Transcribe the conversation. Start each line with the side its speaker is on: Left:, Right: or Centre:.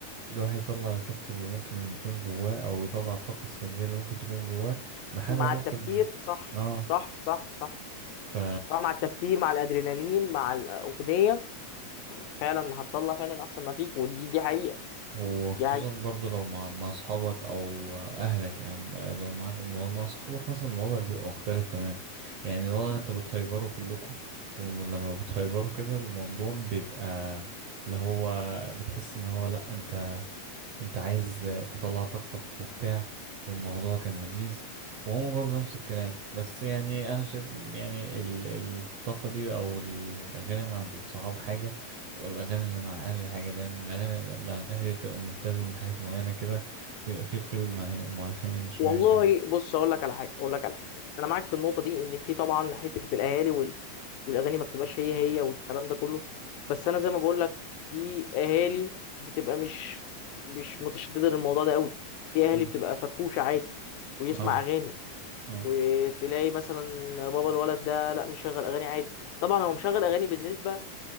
Right: الواحد يطلع الكبت اللي ممكن يكون جواه أو يطلع الطاقة السلبية اللي ممكن تكون جواه بحاجة
Left: مع
Right: ممكن
Left: التفكير صح
Right: اه
Left: صح صح صح
Right: ف...
Left: صح مع التفكير مع الادرينالين مع الاغنيه فعلا هتطلع فعلا احسن ما فيك ودي دي حقيقه
Right: وخصوصا
Left: دي حقيقه
Right: برضو لو مع مع اصحابك او اهلك يعني لو معاك لو مع اصحابك مثلا الوضع بيبقى مختلف تمام يعني الوضع انت بتهيبروا كلكم ولما بتهيبروا كده الموضوع بيبقى اللي هو بتحس ان هو لا انت انت عايز تطلع طاقتك وبتاع والموضوع كان لذيذ وهما برضه نفس الكلام بس يعني انا شايف يعني ال- الطاقة دي او الاغاني مع الصحاب حاجة والأغاني اللي مع أهل الحاجة لأن الأغاني اللي مع الأهل دي بتبقى ملتزم بحاجات معينة كده بيبقى في قيود معي- معينة شوية
Left: والله
Right: كده
Left: بص اقول لك على حاجه اقول لك على حاجه انا معاك في النقطه دي ان في طبعا حته الاهالي والاغاني ما بتبقاش هي هي والكلام ده كله بس انا زي ما بقول لك في اهالي بتبقى مش مش متشدده للموضوع ده قوي في اهالي
Right: مم.
Left: بتبقى فرفوشه عادي ويسمع
Right: اه
Left: اغاني
Right: اه
Left: وتلاقي مثلا بابا الولد ده لا مشغل اغاني عادي طبعا هو مشغل اغاني بالنسبه